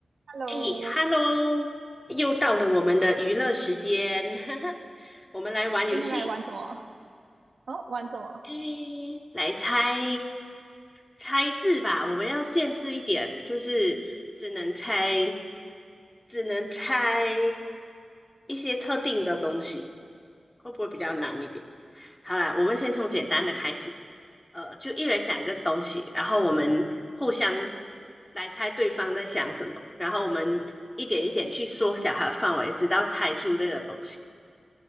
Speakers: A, on the right; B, on the left.
A: Hello，
B: 哎，Hello，又到了我们的娱乐时间，<laughs> 我们来玩游戏。
A: 今天来玩什么？哦，玩什么？
B: 哎，来猜猜字吧，我们要限制一点，就是只能猜，只能猜一些特定的东西，会不会比较难一点？好啦，我们先从简单的开始。呃，就一人想一个东西，然后我们互相来猜对方在想什么，然后我们一点一点去缩小它的范围，直到猜出这个东西。